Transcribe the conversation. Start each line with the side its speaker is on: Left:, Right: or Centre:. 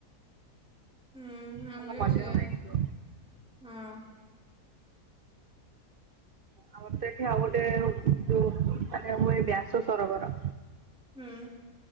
Centre: ହୁଁ ଆମେ
Right: ଭଲ
Centre: ବି
Right: ମଜା
Centre: ସେଇୟା।
Right: ହୁଏ କିନ୍ତୁ
Centre: ହଁ। <inaudible>
Right: ଆମର ତ ଏଠି ଗୋଟେ ଯୋଉ ମାନେ ହୁଏ ବ୍ୟାସ ସରୋବର।
Centre: ହୁଁ